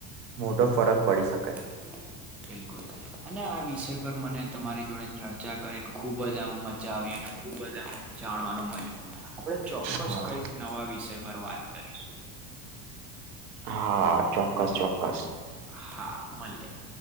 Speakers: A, on the right; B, in the centre.
A: મોટો ફરક પડી શકે છે.
B: હ <unintelligible> બિલકુલ અને આ વિષય પર મને તમારી જોડે ચર્ચા કરીને ખુબ જ આમ મજા આવી અને. ખુબજ આમ જાણવાનું મળ્યું આપડે ચોક્કસ
A: હા
B: કંઈક નવા વિષય પર વાત કરીશું.
A: હા ચોક્કસ ચોક્કસ.
B: હા મલ્ય.